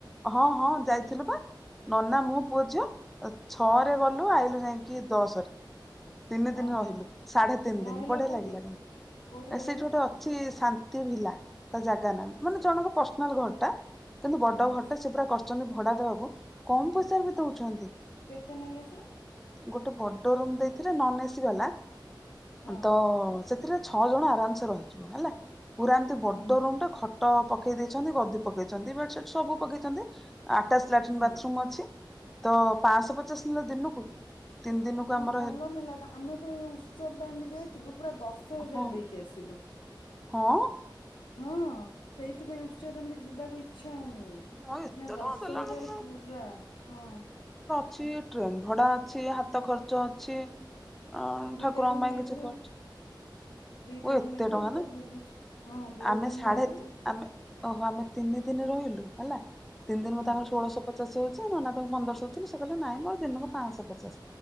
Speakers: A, in the centre; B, on the left.
A: ହଁ ହଁ ଯାଇଥିଲୁ ପା ନନା ମୁଁ ପୁଅ ଝିଅ ଛଅରେ ଗଲୁ ଆଇଲୁ ଯାଇ କି ଦସ ରେ। ତିନି ଦିନ
B: ଓହୋ
A: ରହିଲୁ ସାଢେ ତିନି ଦିନ
B: ରହିଲ
A: ବଢିଆ
B: କୋଉଠି
A: ଲାଗିଲା
B: କୋଉଠି ରହିଲ
A: ସେଇଠି ଗୋଟେ ଅଛି ସା ନ୍ତି ଭିଲା ତା ଜାଗା ନା ମାନେ ଜଣଙ୍କ ପର୍ସନାଲ୍ ଘରଟା କିନ୍ତୁ ବଡ
B: ହଁ
A: ଘରଟା ସେ ପୁରା କର୍ ଚନ୍ତି ଭଡା ଦବାକୁ କମ୍ ପଇସାରେ ବି ଡୋଉଛନ୍ତି।
B: କେତେ ନେଲେ ଯେ?
A: ଗୋଟେ ବଡ ରୁମ୍ ଦେଇଥିଲେ ନନ୍ ଏସି ବାଲା
B: ହଁ
A: ତ ସେ ଥିରେ ଛଅ ଜଣ ଆରାମ୍ ସେ ରହିଯିବ ହେଲା ପୁରା ଏମିତି ବଡ
B: ହୁଁ
A: ରୁମ୍ ଟା ଖଟ ପକେ କେଇ ଦେଇଛନ୍ତି ଗଦି ପକେଇଛନ୍ତି ବେଡସିଟ ସବୁ ପକେଇଛନ୍ତି ଆଟାଚ୍ ଲାଟିନ୍
B: ହୁଁ
A: ବାଥରୁମ୍ ଅଛି। ତ ପାଂସ ପଚାଶ ନେଲେ ଦିନୁକୁ ତିନି ଦିନକୁ ଆମ
B: ଭଲ ନେଲା ତ ଆମେ ତ ଏଇ ଉତ୍ସବ ଟାଇମ୍ ରେ ଯାଇଥିଲୁ ପୁରା ଦଶ ହଜାର
A: ହଁ
B: ଦେଇକି ଆସିଲୁ।
A: ହଁ?
B: ହଁ ସେଇଥିପାଇଁ ଉତ୍ସବ୍ ଆମର ଯିବାକୁ ଇଚ୍ଛା ତାଉନି
A: ହଁ ଏତେ
B: ନା ଦଶ
A: ଟଙ୍କା ଦେଲା
B: ହଜାର
A: ଆପଣ
B: ପୁରା ହଁ।
A: ଛି ଟ୍ରେନ ଭଡା ଅଛି ହାତ ଖର୍ଚ୍ଚ ଅଛି। ଅ
B: ଦିଟା
A: ଠାକୁରଙ୍କ
B: ରୁମ୍
A: ପାଇଁ
B: ନେଇଥିଲୁ
A: କିଛି ଖର୍ଚ୍ଚ
B: ଦିଟା
A: ଓ
B: ରୁମ୍
A: ଏତେ
B: ନେଇଥିଲୁ
A: ଟଙ୍କା
B: ଆମେ ସବୁ
A: ନା
B: ବହୁତ ହଁ ବହୁତ
A: ଆମେ
B: ଜଣ
A: ସାଢେ
B: ଯାଇଥିଲୁ
A: ଆମେ ଓହୋ ଆମେ ତିନି ଦିନି ରହିଲୁ ହେଲା ତିନି ଦିନ୍
B: ହଁ
A: କୁ ତାଙ୍କର ଷୋଳଶ ପ ଚାଶ୍ ହୋଉଛି ନନା ତାଙ୍କୁ ପନ୍ଦରଶ ଦୋଉ ଥିଲେ ସେ କହିଲେ ନାଇଁ ମୋର ଦିନକୁ ପାଂସ ପଚାସ୍